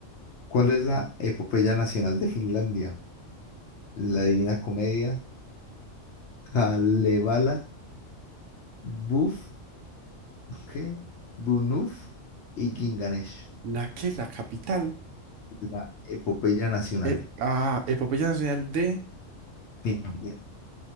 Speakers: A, on the left (about 70°); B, on the right (about 75°).
A: ¿Cuál es la epopeya nacional de Finlandia? La Divina Comedia, Kalevala, Buf, ¿qué? Bunuf y Ginganesh.
B: ¿La qué? La capital.
A: La epopeya nacional.
B: Eh, ah, Epopeya Nacional de...
A: Finlandia.